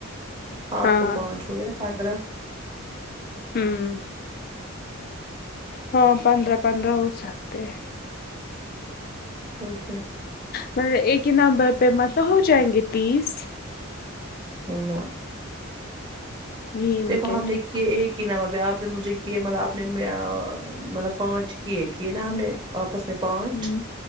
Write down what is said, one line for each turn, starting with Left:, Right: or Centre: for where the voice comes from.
Right: آپ
Left: ہاں
Right: کو پانچ ہو گیا نا پندرہ
Left: ہوں ہاں پندرہ پندرہ ہو سکتے
Right: اسے
Left: مطب ایک ہی نمبر پہ م توب ہو جائیں گے تیس
Right: نہ
Left: یہی میں
Right: دیکھو
Left: کہہ
Right: ہم نے
Left: رہی
Right: کہ ایک کی ن آپ نے مجھے کیے مطلب آپ نے مطلب پانچ کیے کیے نا ہم نے آپ پس میں پانچ
Left: ہوں